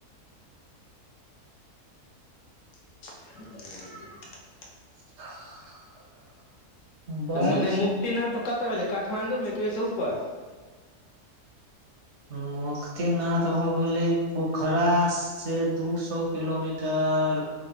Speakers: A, on the left; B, on the right.
A: ह
B: <inaudible> बाइक
A: तऽ मने
B: से
A: मुक्तिनाथ कतऽ भेलै, काठमांडूमे कि ओइसँ ऊपर?
B: मुक्तिनाथ भऽ गेलै पोखरासँ दू सय किलोमीटर।